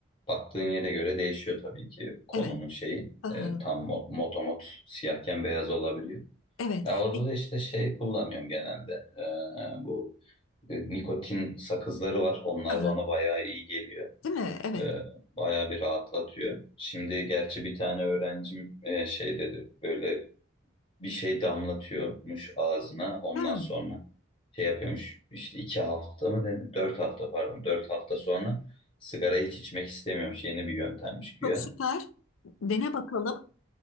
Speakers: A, on the left; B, on the left.
A: Baktığın yere göre değişiyor tabii ki konunun
B: Evet,
A: şeyi.
B: aha,
A: E, tam mot, motomot siyahken beyaz olabiliyor.
B: evet,
A: Ya orada
B: Peki,
A: da işte şey kullanıyorum genelde. E, bu e, nikotin sakızları var. Onlar
B: aha,
A: bana bayağı iyi geliyor.
B: değil mi? Evet,
A: E, bayağı bir rahatlatıyor. Şimdi gerçi bir tane öğrencim e, şey dedi. Böyle bir şey damlatıyormuş ağzına. Ondan
B: Ha,
A: sonra şey yapıyormuş. İşte iki hafta mı dedi? Dört hafta pardon. Dört hafta sonra Sigara hiç içmek istemiyormuş. Yeni bir yöntemmiş güya.
B: çok süper. Dene bakalım.